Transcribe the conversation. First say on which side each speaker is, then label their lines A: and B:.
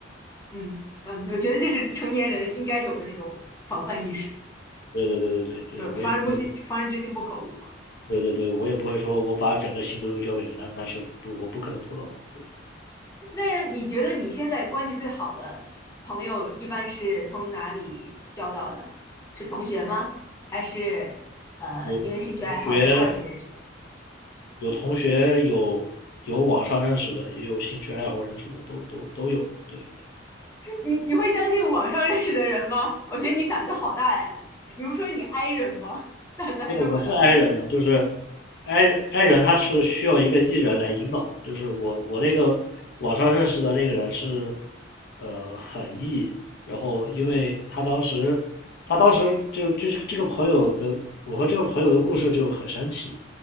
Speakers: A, on the left (about 15°); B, on the left (about 60°).
A: 嗯嗯，我觉得这是成年人应该有的那种防范意识，
B: 对对对对对对对，
A: 就是防人不心，
B: 我也不会。
A: 防人之心不可无嘛。
B: 对对对，我也不会说我把整个心都交给你，那那是不我不可能做到的。对，
A: 那你觉得你现在关系最好的朋友一般是从哪里交到的？是同学吗？还是呃，
B: 有同学
A: 因为兴趣爱好在外面认识的？
B: 有同学有有网上认识的，也有兴趣爱好认识的，都都都有。对，
A: 你你会相信网上认识的人吗？我觉得你胆子好大呀！你不说你 i 人吗？胆子还这么大
B: 对，我是 i 人啊，就是 i i 人，他是需要一个 e 人来引导的。就是我我那个网上认识的那个人是，呃，很 e，然后因为他当时他当时就就是这个朋友的，我和这个朋友的故事就很神奇。